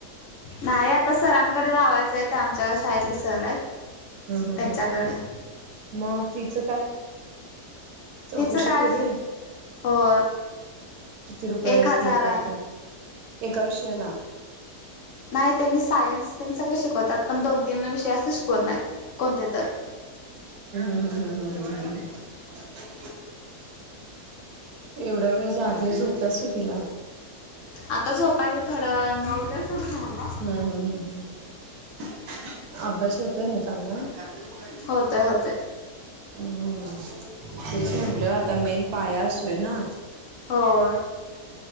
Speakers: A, on the left (about 65°); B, on the right (about 70°).
A: नाही आता सरांकडे लावायचं आहे ते आमच्या शाळेतले सर आहेत.
B: हम्म हम्म
A: त्यांच्याकडे
B: हम्म म फीच काय? चौकशी
A: फीच काय
B: केली?
A: हो
B: किती रुपये
A: एक हजार
B: फी काय
A: आहे.
B: ते? एका विषयाला.
A: नाही त्यांनी सायन्स तेन सगळं शिकवतात. पण दोन तीन विषय अस शिकवत नाहीत. कोणते तर.
B: हम्म हम्म हम्म हम्म. एवढ्या वेळ जागे झोप्याच कितिला?
A: आता झोपायच थोड्या वेळानं.
B: हम्
A: <unintelligible>
B: हम् हम् हम् अभ्यास होतोय ना चांगला? चार्जर कुठाय ते?
A: होतय होतय
B: हम्म तेच म्हटलं आता मेन पाया असतोय ना.
A: होय.